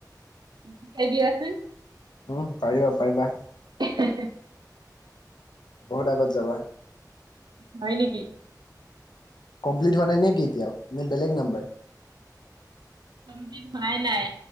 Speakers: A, on the right; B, on the left.
A: সিকাই দিবাচোন।
B: উমঁ' পাৰিবা-পাৰিবা।
A: এই হে।
B: বহুত আগত যাবা।
A: হয় নেকি।
B: কমপ্লিট হোৱা নাই নে কি এতিয়াও নে বেলেগ নাম্বাৰ?
A: কমপ্লিট হোৱাই নাই,